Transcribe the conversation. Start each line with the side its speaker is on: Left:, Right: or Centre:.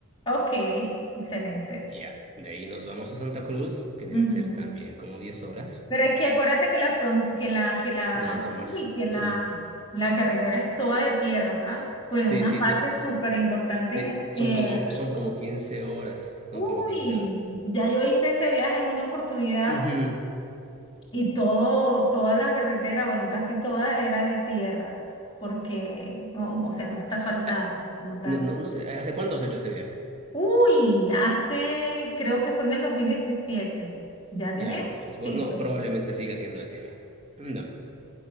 Left: Ok, excelente.
Right: Ya, de ahí nos vamos a Santa Cruz, que deben
Left: Ujú.
Right: ser también como 10 horas.
Left: Pero es que acuérdate que la front, que la, que la,
Right: No, son más.
Left: uy, que la,
Right: Son,
Left: la carretera es toda de tierra, ¿sabes? Bueno,
Right: sí,
Left: una
Right: sí,
Left: parte
Right: so- sí,
Left: súper importante
Right: sí,
Left: es en
Right: son
Left: tierra.
Right: como, son como 15 horas. Son
Left: Uy,
Right: como 15 horas.
Left: ya yo hice ese viaje en una oportunidad
Right: Ujú.
Left: y todo, toda la carretera, bueno, casi toda era de tierra, porque, no, o sea, no está asfaltada
Right: Ah,
Left: pues, como tal.
Right: No, no, no sé, ¿hace cuánto has hecho ese viaje?
Left: Uy, hace, creo que fue en el dos mil diecisiete Ya tiene
Right: Ya, no, pues, bueno,
Left: tiempo.
Right: no, probablemente siga siendo de tierra. No.